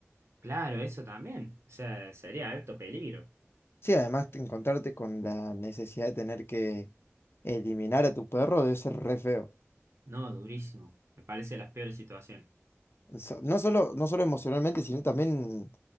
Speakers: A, on the right; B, on the left.
A: Claro, eso también, o sea, sería alto peligro.
B: Sí, además te- encontrarte con la necesidad de tener que eliminar a tu perro debe ser re feo.
A: No, durísimo, me parece de las peores situaciones.
B: so- no solo, no solo emocionalmente, sino también